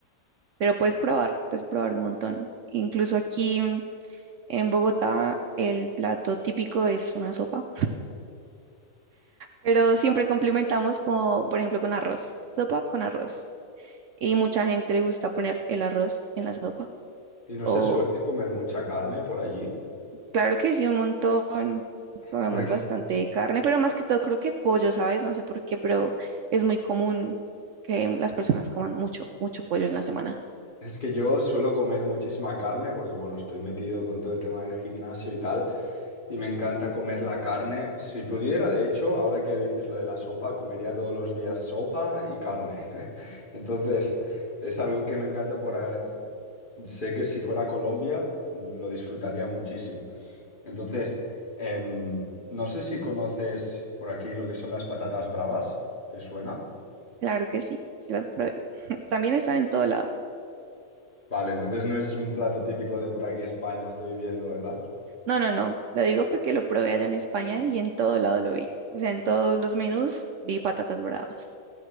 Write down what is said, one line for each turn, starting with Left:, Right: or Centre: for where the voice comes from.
Right: Pero puedes probar, puedes probar un montón. Incluso aquí mm, en Bogotá el plato típico es una sopa, pero siempre complementamos como, por ejemplo, con arroz, sopa con arroz. Y mucha gente le gusta poner el arroz en la sopa
Left: Y no
Right: o
Left: se suele comer mucha carne por allí,
Right: Claro que sí, un montón. Comemos
Left: porque
Right: bastante carne, pero más que todo creo que pollo, ¿sabes? No sé por qué, pero es muy común que las personas coman mucho, mucho pollo en la semana.
Left: es que yo suelo comer muchísima carne, porque bueno, estoy metido con todo el tema del gimnasio y tal. Y me encanta comer la carne. Si pudiera, de hecho, ahora que ya dices lo de la sopa, comería todos los días sopa y carne. <laughs> Entonces, es algo que me encanta por... a- Sé que si fuera a Colombia, lo disfrutaría muchísimo. Entonces, em, no sé si conoces por aquí lo que son las patatas bravas. ¿Te suena?
Right: Claro que sí, sí las probé. <laughs> También están en todo lado.
Left: Vale, entonces no es un plato típico de por aquí España, estoy viendo, ¿verdad?
Right: No, no, no. Lo digo porque lo probé allá en España y en todo lado lo vi. O sea, en todos los menús vi patatas bravas.